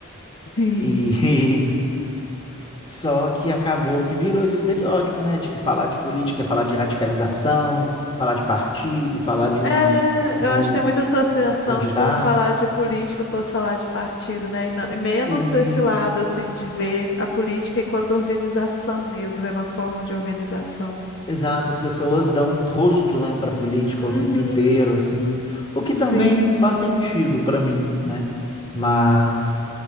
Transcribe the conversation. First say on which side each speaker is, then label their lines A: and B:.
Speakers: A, on the left; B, on the left.
A: sim.
B: E <laughs> só que acabou que virou esse estereótipo, né? De que falar de política é falar de radicalização, falar de partido, falar de
A: É,
B: um, de
A: eu
B: um
A: acho que tem muita associação
B: candidato.
A: de como se falar de política fosse falar de partido, né? E, não- e menos
B: E
A: para esse lado, assim, de ver a política enquanto organização mesmo, né? Uma forma de organização.
B: Exato, as pessoas dão rosto, né, para política
A: Uhum.
B: o tempo inteiro, assim, o que
A: Sim,
B: também faz sentido para mim, né? Mas